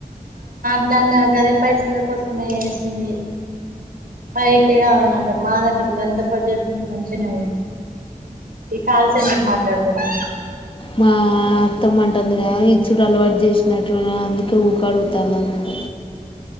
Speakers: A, on the right; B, on the left.
A: ఇట్లాన్న గదే పైసల కోసమే ఏసింది పైకే ఆమే మా దగ్గర గంత బడ్జెట్ ఉంటే మంచిగానే ఉంది ఈ కాల్స్ ఎందుకు మాట్లాడతాను
B: మా అత్తమ్మంటుందిగాని ఇచ్చుడు అలవాటు చేసినట్టు ఉన్నారు అందుకే ఊకే అడుగుతున్నారంట